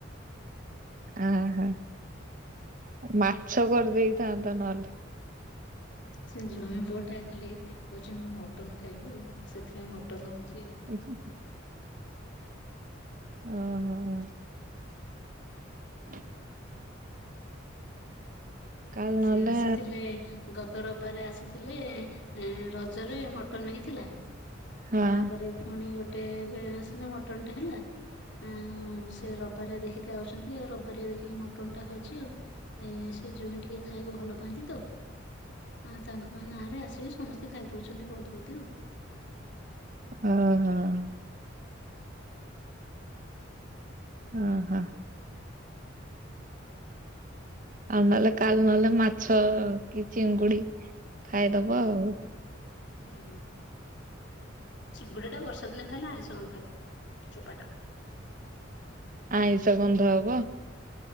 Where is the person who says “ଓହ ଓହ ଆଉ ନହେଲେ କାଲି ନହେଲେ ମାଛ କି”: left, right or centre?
Right